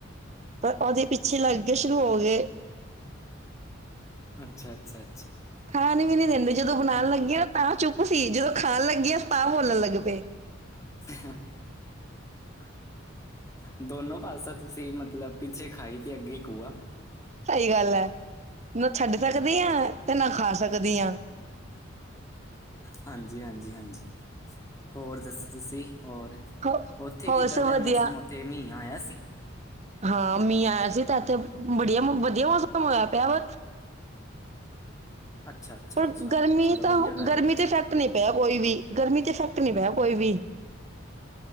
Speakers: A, on the right (about 35°); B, on the left (about 15°).
A: ਪਰ ਉਹਦੇ ਪਿੱਛੇ ਲੱਗਗੇ ਸ਼ੁਰੂ ਹੋ ਗਏ
B: ਅੱਛਾ ਅੱਛਾ ਅੱਛਾ
A: ਖਾਣ ਵੀ ਨਹੀਂ ਦਿੰਦੇ ਜਦੋਂ ਬਣਾਉਣ ਲੱਗੇ ਤਾਂ ਚੁੱਪ ਸੀ, ਜਦੋਂ ਖਾਣ ਲੱਗੀਆਂ ਤਾਂ ਬੋਲਣ ਲੱਗ ਪਏ
B: ਹ <inaudible> ਦੋਨੋ ਪਾਸਾ ਤੁਸੀਂ ਮਤਲਬ ਪਿੱਛੇ ਖਾਈ ਤੇ ਅੱਗੇ ਕੂਆਂ
A: ਸਹੀ ਗੱਲ ਹੈ ਨਾ ਛੱਡ ਸਕਦੀ ਆਂ ਤੇ ਨਾ ਖਾ ਸਕਦੀ ਆਂ
B: ਹਾਂਜੀ ਹਾਂਜੀ ਹਾਂਜੀ ਹੋਰ ਦੱਸੋ ਤੁਸੀਂ ਹੋਰ
A: ਹੋ
B: ਉੱਥੇ
A: ਹੋਰ
B: ਕਿੱਦਾਂ
A: ਸਭ
B: ਦਾ
A: ਵਧੀਆ
B: ਮੌਸਮ ਉੱਥੇ ਮੀਂਹ ਆਇਆ ਸੀ
A: ਹਾਂ ਮੀਂਹ ਆਇਆ ਸੀ ਤੇ ਇੱਥੇ ਬਹੁਤ ਵਧੀਆ ਵਧੀਆ ਮੌਸਮ ਹੋਇਆ ਪਿਆ ਵਾ
B: ਅੱਛਾ ਅੱਛਾ
A: ਪਰ
B: ਅੱਛਾ
A: ਗਰਮੀ
B: ਚਲੋ
A: ਤਾਂ
B: ਵਧੀਆ ਗੱਲ
A: ਗਰਮੀ
B: ਏ ਇਹ
A: ਤੇ ਈਫੈਕਟ ਫੈਕਟ ਨਹੀਂ ਪਿਆ ਕੋਈ ਵੀ ਗਰਮੀ ਚ ਇਫੈਕਟ ਨਹੀਂ ਪੇਯਾ ਕੋਈ ਵੀ